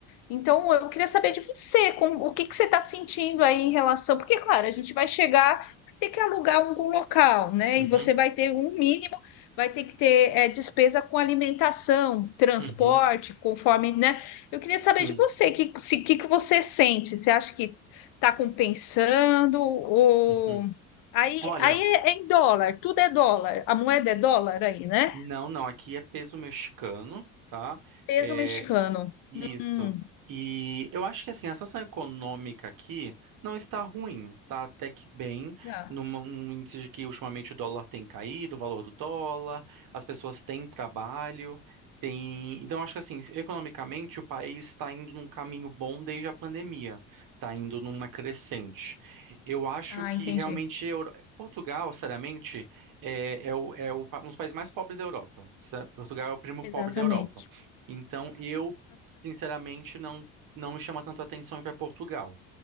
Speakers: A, on the left (about 70°); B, on the right (about 60°).
A: Então, eu queria saber de você, como, o que que você está sentindo aí em relação, porque, claro, a gente vai chegar, vai ter que alugar algum local, né?
B: uhum,
A: E você vai ter um mínimo, vai ter que ter eh, despesa com alimentação, transporte,
B: uhum,
A: conforme, né? Eu queria saber
B: sim,
A: de você, o que, se, que que você sente? Você acha que está compensando ou...
B: uhum.
A: Aí,
B: Olha,
A: aí é é em dólar, tudo é dólar, a moeda é dólar aí, né?
B: não, não, aqui é peso mexicano, tá?
A: Peso
B: É,
A: mexicano.
B: Isso.
A: Hum.
B: E eu acho que assim, a situação econômica aqui não está ruim, tá até que bem,
A: Tá.
B: numa- num índice de que ultimamente o dólar tem caído, o valor do dólar, as pessoas têm trabalho, tem... Então, acho que assim, economicamente o país está indo num caminho bom desde a pandemia, está indo numa crescente. Eu acho
A: Ah,
B: que
A: entendi.
B: realmente Euro- Portugal, seriamente, é, é, o- é o pa- um dos países mais pobres da Europa. Sa- Portugal é o primo
A: Exatamente.
B: pobre da Europa. Então, eu sinceramente, não, não me chama tanto a atenção ir para Portugal.